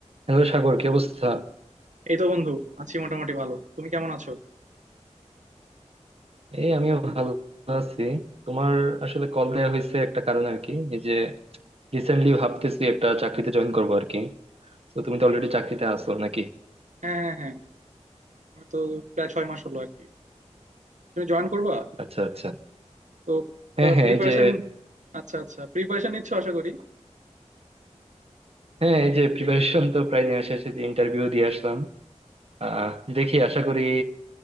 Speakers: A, on the right (about 55°); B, on the right (about 80°).
A: Hello Sagar কি অবস্থা
B: এই তো বন্ধু আছি মোটামুটি ভালো তুমি কেমন আছো
A: এই আমিও ভালো আছি তোমার আসলে কল দেওয়া হয়েছে একটা কারণে আর কি এই যে রিসেন্টলি ভাবতেছি একটা চাকরিতে জয়েন করবো আর কি তো তুমি তো অলরেডি চাকরিতে আছো নাকি
B: হ্যাঁ হ্যাঁ হ্যাঁ আমি তো প্রায় ছয় মাস হলো আর কি তুমি জয়েন করবা
A: আচ্ছা আচ্ছা
B: তো
A: হ্যাঁ হ্যাঁ
B: প্রিপারেশন
A: এই যে
B: আচ্ছা আচ্ছা প্রিপারেশন নিচ্ছ আশা করি
A: হ্যাঁ এই যে প্রিপারেশন তো প্রায় নেওয়া শেষ এই যে ইন্টারভিউ দিয়ে আসলাম আহ দেখি আশা করি